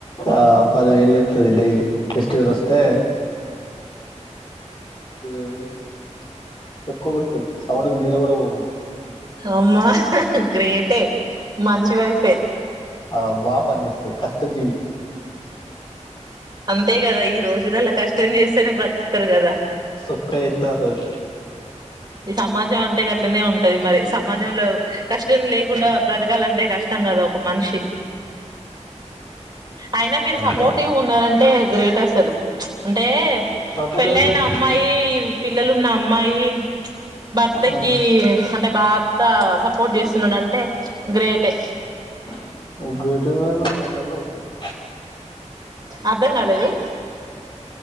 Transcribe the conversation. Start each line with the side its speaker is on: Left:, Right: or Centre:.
Left: ఆ పదివేలు జేత్తది డైలీ ఫెస్టివల్ వస్తే ఇరవై వేలు జేత్తది సొక్క కుడతది సౌండ్కి నిద్ర గూడా పోమ్ మేమ్
Right: అమ్మా గ్రేటే మంచి వైఫే
Left: ఆ బాగా పని చేస్తది కష్టజీవి
Right: అంతే గదా ఈ రోజులల్లా కష్టం జేస్తేనే బ్రతుకుతరు గదా
Left: సొక్క చేత్తది అసలు
Right: ఈ సమాజం అంటే గట్లనే ఉంటది మరి సమాజంలో కష్టం లే కుండా బ్రతకాలంటే కష్టం గదా ఒక మనిషి అయినా మీరు
Left: అంతే
Right: సపోర్ట్వీ
Left: అంతే
Right: ఉన్నరంటే గ్రేట్ అసలు అంటే
Left: సపోర్ట్
Right: పెళ్ళైన
Left: ఏం లేదు
Right: అమ్మాయి పిల్లలు ఉన్న అమ్మాయి భర్తకి
Left: ఆ
Right: అంటే భార్త సపోర్ట్ జేస్తున్నాడంటే గ్రేట్ టే
Left: ంట <unintelligible> ఫోన్లల్ల చదువుకుంటరు
Right: అర్ధం గాలేదు